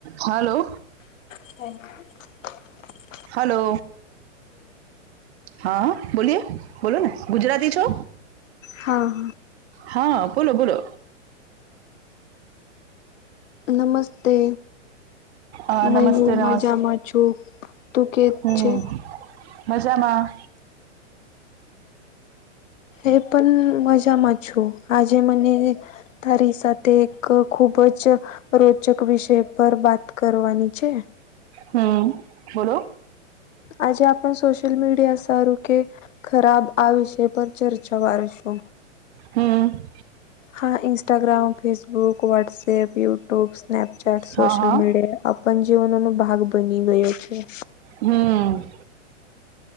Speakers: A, on the right; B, on the left.
A: Hello.
B: Thank you
A: hello. હા બોલીએ, બોલો ને ગુજરાતી છો.
B: હા.
A: હા બોલો બોલો
B: નમસ્તે
A: અ
B: મં
A: નમસ્તે
B: હું
A: નમસ્તે
B: મજામાં છું તું કે
A: હમ
B: છે
A: મજામાં
B: એ પણ મજામાં છું આજે મને તારી સાથે તે એક ખૂબ જ રોચક વિષય પર વાત કરવાની છે
A: હમ બોલો
B: આજે આપણ સોશિલ મીડિયા સારું કે ખરાબ આ વિષય પર ચર્ચા વારશો
A: હમ
B: હા Instagram Facebook WhatsApp YouTube Snapchat સોશલ
A: હા હા
B: મીડિયા આપણ જીવનોનો ભાગ બની ગયો છે
A: હમ